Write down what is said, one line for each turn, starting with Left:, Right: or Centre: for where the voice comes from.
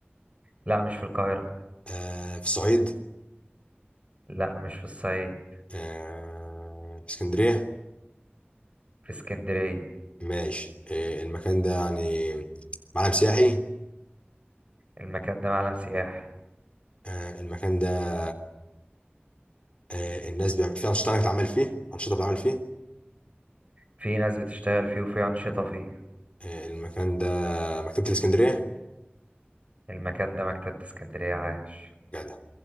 Right: لا مش في القاهرة
Left: آه في الصعيد
Right: لا مش في الصعيد
Left: آه في اسكندرية
Right: في اسكندرية
Left: ماشي آه المكان ده يعني معلم سياحي
Right: المكان ده معلم سياحي
Left: آه المكان ده آه الناس بيعمل فيه أنشطة أنا بتعمل فيه أنشطة بتعمل فيه
Right: في ناس بتشتغل فيه وفي أنشطة فيه
Left: آه المكان ده مكتبة الإسكندرية
Right: المكان ده مكتبة اسكندرية عاش
Left: جدع